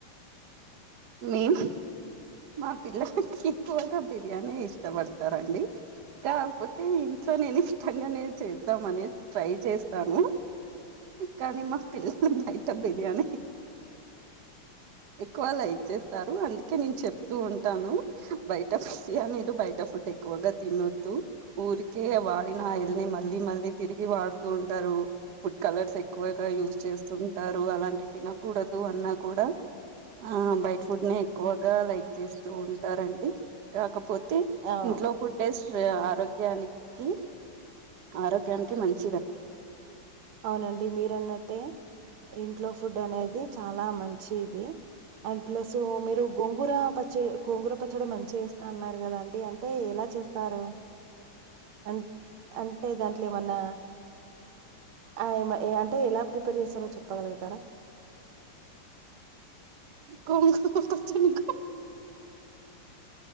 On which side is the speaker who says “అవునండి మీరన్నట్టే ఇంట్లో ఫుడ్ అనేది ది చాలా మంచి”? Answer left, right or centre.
Right